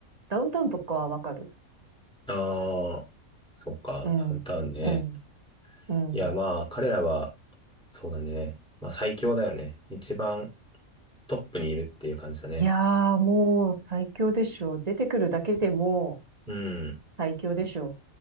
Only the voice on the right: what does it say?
ダウンタウンとかはわかる。
うん、
うん、うん。
いやー、もう最強でしょ。出てくるだけでも
最強でしょ。